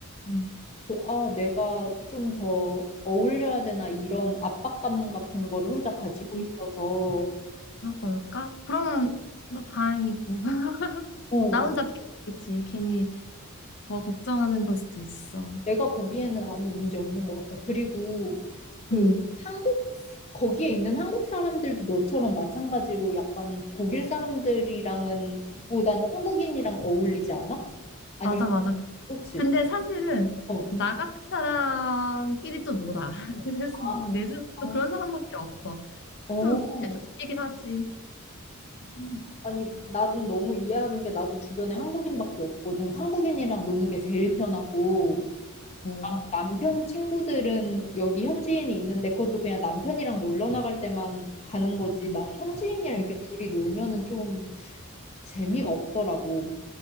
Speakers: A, on the left; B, on the left.
A: 음,
B: 그, 아, 내가 좀 더 어울려야 되나 이런 압박감 같은 거를 혼자 가지고
A: 음,
B: 있어서,
A: 그런 걸까? 그러면 나 다행이고. <laughs>
B: 어,
A: 나 혼자 괜히, 그치? 괜히 더 걱정하는 걸 수도 있어.
B: 내가 보기에는 아무 문제 없는 것 같아. 그리고 그
A: 음,
B: 한국, 거기에 있는 한국 사람들도 너처럼 마찬가지로 약간 독일 사람들이랑은 보다는 한국인이랑 어울리지 않아? 아니면,
A: 맞아, 맞아.
B: 그치?
A: 근데 사실은
B: 어.
A: 나 같은 사람끼리 또 놀아. <laughs> 그래서
B: 아,
A: 내 주변
B: 아,
A: 또 그런 사람밖에 없어.
B: 어.
A: 또 애초이긴 하지.
B: 음. 아니, 나는 너무 이해하는 게 나도 주변에 한국인밖에 없거든. 한국인이랑 노는 게 제일 편하고.
A: 어,
B: 남편 친구들은 여기 현지인이 있는데 그것도 그냥 남편이랑 놀러 나갈 때만 가는 거지.
A: 음,
B: 나는 현지인이랑
A: 음,
B: 이렇게 둘이 놀면은 좀 재미가 없더라고.